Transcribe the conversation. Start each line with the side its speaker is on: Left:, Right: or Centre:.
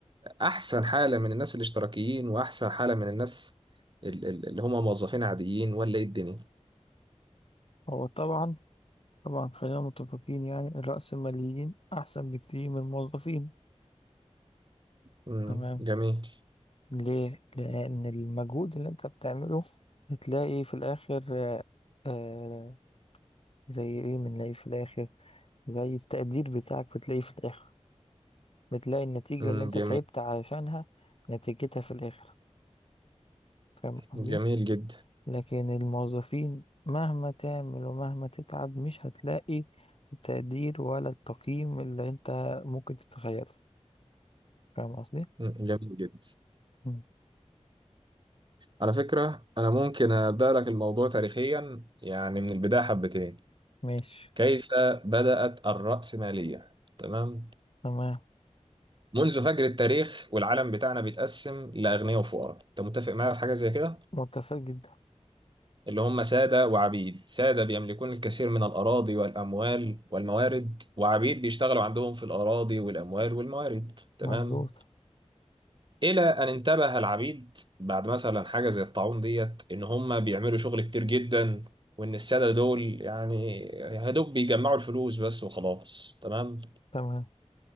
Right: احسن حاله من الناس الاشتراكيين واحسن حاله من الناس ال- ال- اللي هم موظفين عاديين ولا ايه الدنيا
Left: هو طبعا طبعا خلينا متفقين يعني الرأسماليين أحسن بكتير من الموظفين
Right: مم.
Left: تمام
Right: جميل
Left: ليه؟ لأن المجهود اللي أنت بتعمله بتلاقي في الآخر آه آه، زي إيه بنلاقي في الآخر زي التقدير بتاعك بتلاقيه في الآخر بتلاقي النتيجة
Right: مم.
Left: اللي أنت
Right: جميل
Left: تعبت علشانها نتيجتها في الآخر فاهم قصدي؟
Right: جميل جدا
Left: لكن الموظفين مهما تعمل ومهما تتعب مش هتلاقي التقدير ولا التقييم اللي انت ممكن تتخيله فاهم قصدي؟
Right: مم. جميل جدا
Left: مم.
Right: على فكره انا ممكن ابدا لك الموضوع تاريخيا يعني من البدايه حبتين
Left: ماشي
Right: كيف بدات الراسماليه تمام
Left: تمام
Right: منذ فجر التاريخ والعالم بتاعنا بيتقسم لاغنياء وفقراء انت متفق معايا في حاجه زي كده
Left: متفق جدا
Right: اللي هم سادة وعبيد سادة بيملكون الكثير من الأراضي والأموال والموارد وعبيد بيشتغلوا عندهم في الأراضي والأموال والموارد تمام
Left: مظبوط
Right: إلى أن انتبه العبيد بعد مثلا حاجة زي الطاعون ديت إن هم بيعملوا شغل كتير جدا وإن السادة دول يعني يا دوب بيجمعوا الفلوس بس وخلاص تمام
Left: تمام